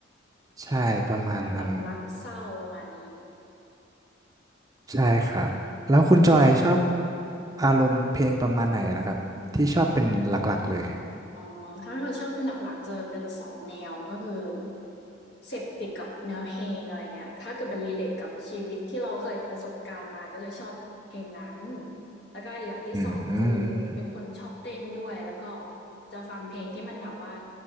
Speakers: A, on the right; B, on the left.
A: ใช่ประมาณนั้น
B: แบบแบบรักเศร้าประมาณนี้
A: ใช่ครับ แล้วคุณจอยชอบอารมณ์เพลงประมาณไหนนะครับที่ชอบเป็นหลักๆเลย
B: อ๋อถ้าเกิดชอบเป็นหลักๆจะเป็นสองแนวก็คือเสพติดกับเนื้อเพลงอะไรเงี้ยถ้าเกิดมัน relate กับชีวิตที่เราเคยประสบการณ์มาก็จะชอบเพลงนั้นแล้วก็อีกอย่างที่2ก็คือเป็นคนชอบเต้นด้วยแล้วก็
A: อืม
B: จะฟังเพลงที่มันแบบว่า